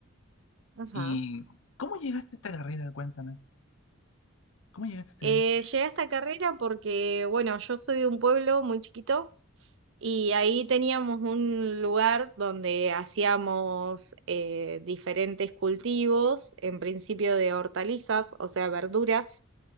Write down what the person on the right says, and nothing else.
Ajá.
Eh,
llegué a esta carrera porque, bueno, yo soy de un pueblo muy chiquito Y ahí teníamos un lugar donde hacíamos eh, diferentes cultivos, en principio de hortalizas, o sea, verduras.